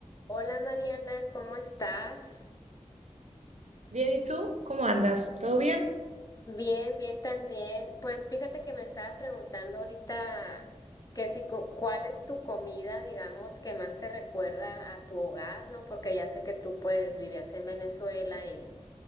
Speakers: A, on the left; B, on the right.
A: Hola Mariana, ¿cómo estás?
B: Bien, ¿y tú? ¿Cómo andas? ¿Todo bien?
A: Bien, bien también. Pues fíjate que me estaba preguntando ahorita que si cu- cuál es tu comida, digamos, que más te recuerda a tu hogar, ¿no? Porque ya sé que tú pues vivías en Venezuela y,